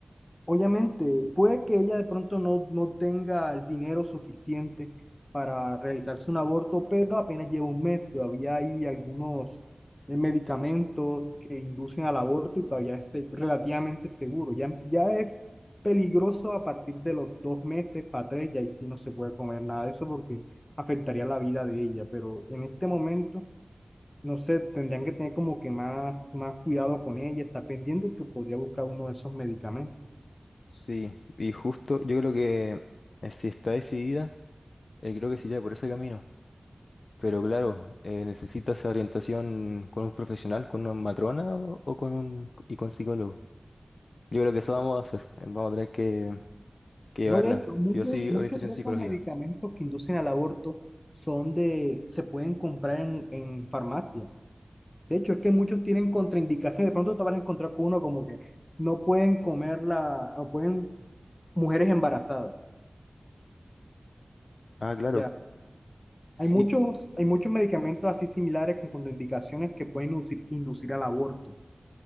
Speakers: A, on the left; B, on the left.
A: Obviamente, puede que ella de pronto no, no tenga el dinero suficiente para realizarse un aborto, pero apenas lleva un mes, todavía hay algunos eh, medicamentos que inducen al aborto y todavía es eh, relativamente seguro. Ya, ya es peligroso a partir de los dos meses para tres, y ahí sí no se puede comer nada de eso porque afectaría la vida de ella, pero en este momento, no sé, tendrían que tener como que más, más cuidado con ella, está pendiente que podría buscar uno de esos medicamentos.
B: sí, y justo yo creo que eh, si está decidida. Eh, creo que sería por ese camino. Pero claro, eh, necesitas orientación con un profesional, con una matrona o, o con un y con psicólogo. Yo creo que eso vamos a hacer. eh, Vamos a tener que, que llevarla,
A: No, de hecho, muchos,
B: sí o sí,
A: muchos
B: orientación
A: de
B: psicológica.
A: esos medicamentos que inducen al aborto son de, se pueden comprar en, en farmacia. De hecho, es que muchos tienen contraindicaciones. De pronto te vas a encontrar con uno como que no pueden comer la, o pueden mujeres embarazadas.
B: Ah, claro.
A: Ya.
B: Sí,
A: Hay muchos, hay muchos medicamentos así similares con contraindicaciones que pueden inducir, inducir al aborto.